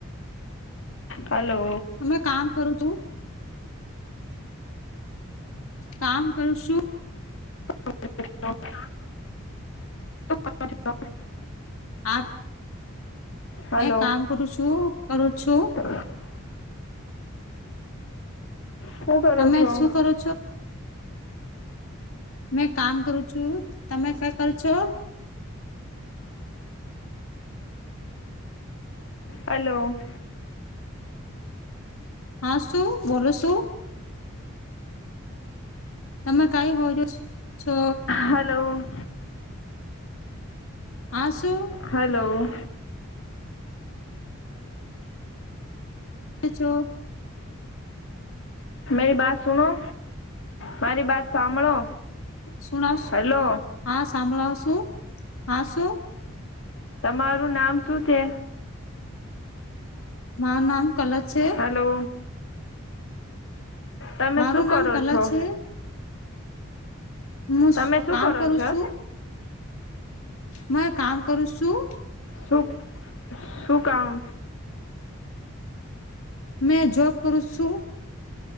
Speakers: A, on the left; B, on the left.
A: હલો
B: અમે કામ કરુંછું. કામ કરું શું.
A: <inaudible>
B: આપ
A: હલો
B: મેં કામ કરું છું. કરું છું.
A: <inaudible> શું કરો
B: તમે
A: છો?
B: શું કરો મેં કામ કરું છું તમે કઈ કરો છો?
A: હલો- -
B: હા શું બોલો શું? તમે કઈ હો છો
A: હલો.
B: આસું?
A: હેલો.
B: હ ચો- -
A: મેરી બાત સુનોો મારી બાત સાંભળો
B: સુણાવ
A: હેલો.
B: હા સાંભળો શું હા શું- -
A: તમારું નામ શું છે?
B: મારું નામ કલક છે
A: હલો. તમે
B: મારું
A: શું
B: નામ
A: કરો
B: કલક
A: છો?
B: છે. હું
A: તમે શું
B: કામ
A: કરો
B: કરું
A: છો?
B: છું હ કામ કરું છું?
A: શું શું કામ?
B: મેં જોબ કરું છું